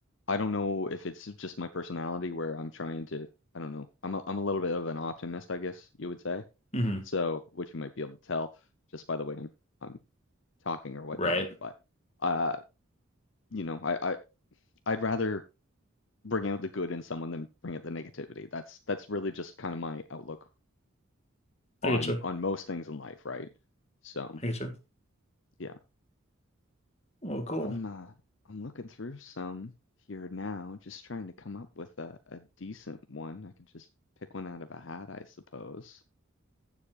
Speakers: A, on the left; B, on the left.
A: I don't know if it's just my personality where I'm trying to, I don't know. I'm a, I'm a little bit of an optimist, I guess you would say.
B: hmm
A: So, which you might be able to tell just by the way I'm I'm talking or whatnot.
B: Right.
A: But uh, you know, I, I I'd rather bring out the good in someone than bring out the negativity. That's that's really just kind of my outlook
B: I
A: on
B: get you.
A: on most things in life, right? So,
B: I get you.
A: yeah.
B: Well, cool.
A: I'm uh I'm looking through some here now, just trying to come up with a, a decent one. I could just pick one out of a hat, I suppose.